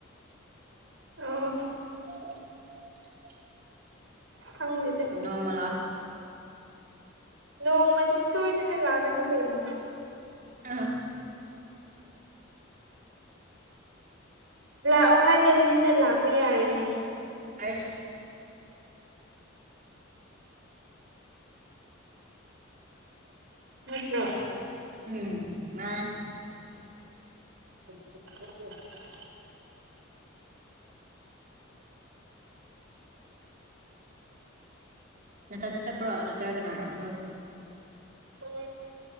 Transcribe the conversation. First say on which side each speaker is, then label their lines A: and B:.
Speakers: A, on the right (about 70°); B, on the right (about 45°).
A: ꯑꯣ
B: <unintelligible>
A: ꯈꯪꯗꯦꯗ
B: ꯅꯣꯡꯃ ꯂꯥꯛꯑꯣ
A: ꯅꯣꯡꯃꯗꯤ ꯁꯣꯏꯗꯅ ꯂꯥꯛꯀꯅꯤ ꯀꯩꯅꯣ
B: ꯍꯍꯥ
A: ꯂꯥꯛꯑꯣ ꯍꯥꯏꯗꯝꯅꯤꯅ ꯂꯥꯛꯄ ꯌꯥꯔꯣꯏꯍꯦ
B: ꯍꯩꯁ
A: ꯅꯠꯇ꯭ꯔꯣ
B: ꯎꯝ ꯃꯥ
A: <unintelligible>
B: ꯅꯊꯟꯗ ꯆꯠꯄ꯭ꯔꯣ ꯅꯠꯇ꯭ꯔꯒ ꯀꯅꯥꯒ ꯉꯛ
A: ꯎꯝ